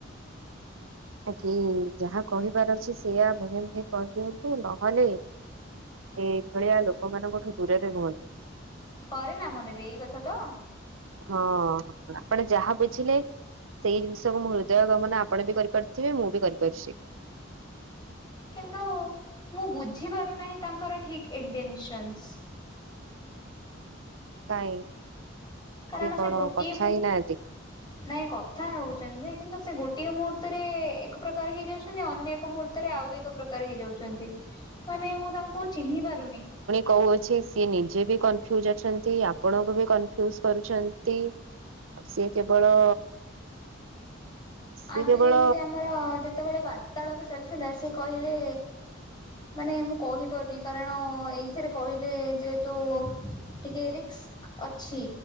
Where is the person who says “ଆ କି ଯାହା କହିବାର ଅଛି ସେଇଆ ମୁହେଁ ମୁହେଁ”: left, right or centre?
Right